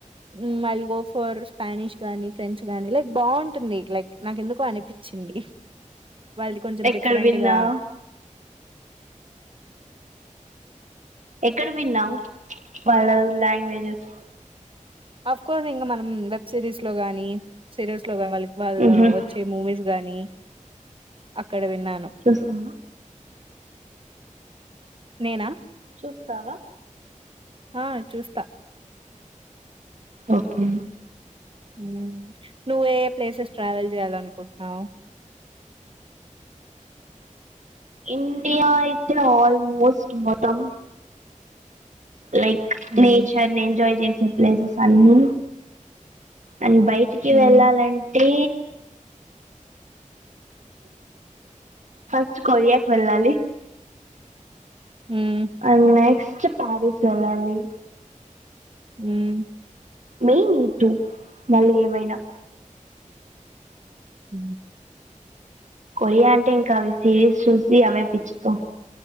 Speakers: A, on the right; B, on the right.
A: ఉం I'll go for Spanish గానీ ఫ్రెంచ్ గానీ లైక్ బాగుంటుంది లైక్ నాకు ఎందుకో అనిపించింది చిండి వాళ్ళది కొంచెం
B: ఎక్కడ
A: డిఫరెంట్గా
B: విన్నావు ఎక్కడ విన్నావు వాళ్ళ లాంగ్వేజెస్
A: ఆఫ్ కోర్స్ ఇంకా మనం వెబ్ సిరీస్ లో గాని సిరస్ వాళ్ళ వాళ్ళు
B: మ్మ్ హ్మ్
A: వచ్చే మూవీస్ గానీ అ అక్కడ విన్నాను
B: చూస్తావా
A: నేనా
B: వస్తావా
A: ఆ చూస్తా
B: ఓకే
A: ఉం నువ్వు ఏ ప్లేసెస్ ట్రావెల్ చేయాల అనుకుంటున్నావు
B: ఇండియా అయితే ఆల్మోస్ట్ మొతం లైక్
A: హ్మ్.
B: నేచర్ ని ఎంజాయ్ చేసే ప్లేసెస్ అన్నీ అని బయటికి
A: హ్మ్.
B: వెళ్ళాలంటే ఫస్ట్ కొరియాకి వెళ్ళాలి
A: హ్మ్.
B: అ నెక్స్ట్ ప్యారిస్ వెళ్ళాలి
A: ఉం
B: మెయిన్ ఈ టుూ మళ్ళీ ఏవైనా
A: ఉం
B: కొరియా అంటే ఇంకా అవి చేసి చూసి అవే పిచ్చుతం